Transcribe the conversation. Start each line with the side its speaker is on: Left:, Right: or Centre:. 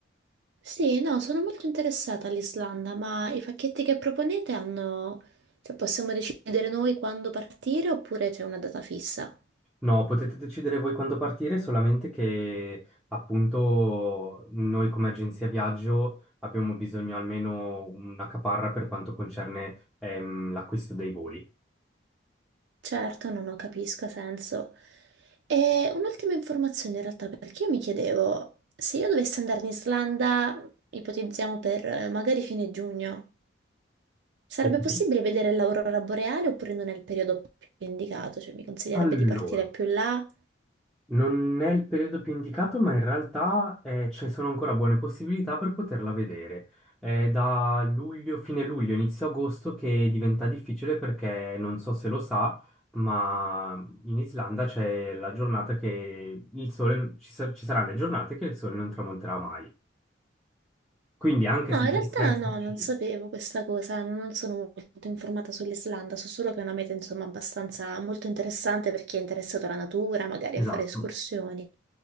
Right: Sì, no, sono molto interessata all'Islanda, ma i pacchetti che proponete hanno... Cioè, possiamo decidere noi quando partire oppure c'è una data fissa?
Centre: No, potete decidere voi quando partire, solamente che appunto noi come agenzia viaggio abbiamo bisogno almeno una caparra per quanto concerne ehm, l'acquisto dei voli.
Right: Certo, no, no, capisco, ha senso. E un'ultima informazione in realtà, perché io mi chiedevo, se io dovessi andare in Islanda, ipotizziamo per eh, magari fine giugno, sarebbe
Centre: Ok,
Right: possibile vedere l'aurora boreale oppure non è il periodo più indicato? Cioè, mi consiglierebbe
Centre: allora.
Right: di partire più là?
Centre: Non è il periodo più indicato, ma in realtà eh, ci sono ancora buone possibilità per poterla vedere. È da luglio, fine luglio, inizio agosto che diventa difficile perché non so se lo sa, ma in Islanda c'è la giornata che il sole, ci, sar- ci saranno le giornate che il sole non tramonterà mai. Quindi anche
Right: No,
Centre: se
Right: in
Centre: dovesse
Right: realtà
Centre: esserci,
Right: no, non sapevo questa cosa, non sono molto informata sull'Islanda, so solo che è una meta, insomma, abbastanza molto interessante per chi è interessato alla natura, magari
Centre: esatto,
Right: a fare escursioni.